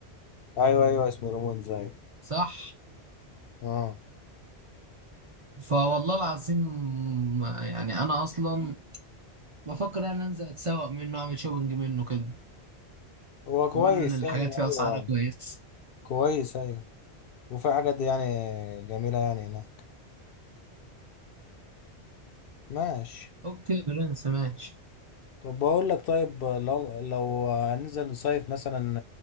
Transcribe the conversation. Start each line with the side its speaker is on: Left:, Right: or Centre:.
Left: ايوه ايوه اسمه ريمون زي
Right: صح
Left: اه
Right: فوالله العظيم يعني انا اصلا بفكر ان أنا انزل اتسوق منه اعمل شوبنج منه كده
Left: هو كويس
Right: بيقولوا ان الحاجات
Left: يعني
Right: فيه اسعارها
Left: ايوه
Right: كويسه
Left: كويس ايوه وفي حاجات يعني جميلة يعني هناك ماشي
Right: اوكي برنس ماشي
Left: طب بقول لك طيب لو لو هننزل نصيف مثلا